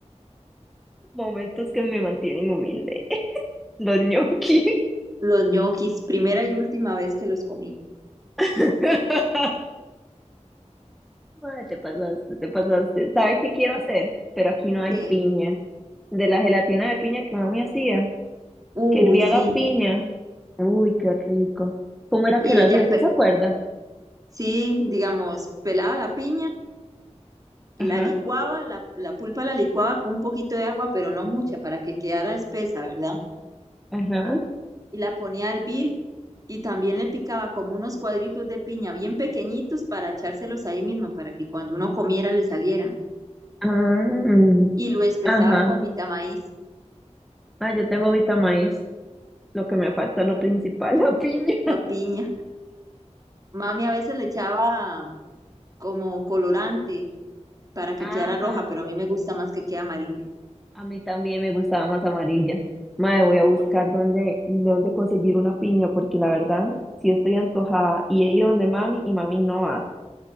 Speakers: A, in the centre; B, on the right.
A: Momentos que me mantienen humilde. Los ñoquis.
B: Los ñoquis, primera y última vez que los comí.
A: <laughs> Madre, te pasaste, te pasaste. ¿Sabes qué quiero hacer? Pero aquí no hay
B: ¿Qué?
A: piña. De la gelatina de piña que mami hacía,
B: uy,
A: que hervía
B: sí.
A: la piña. Uy, qué rico. ¿Cómo era
B: Y
A: que la
B: ella,
A: hacía? ¿Usted
B: pe-
A: se acuerda?
B: sí, digamos, pelaba la piña, la
A: Ajá,
B: licuaba, la, la pulpa la licuaba con un poquito de agua, pero no mucha, para que quedara espesa, ¿verdad?
A: ajá.
B: Y la ponía a hervir y también le picaba como unos cuadritos de piña bien pequeñitos para echárselos ahí mismo, para que cuando uno comiera le salieran.
A: Ah, mm,
B: y lo espesaba
A: ajá.
B: con vitamaíz,
A: Ah, yo tengo Vita Maíz. Lo que me falta es lo principal, <laughs> la piña.
B: la piña. Mami a veces le echaba como colorante para que
A: Ajá.
B: quedara roja, pero a mí me gusta más que quede amarilla.
A: A mí también me gustaba más amarilla. Mae, voy a buscar
B: porque-
A: dónde, dónde conseguir una piña, porque la verdad, sí estoy antojada. Y he ido donde mami y mami no hace.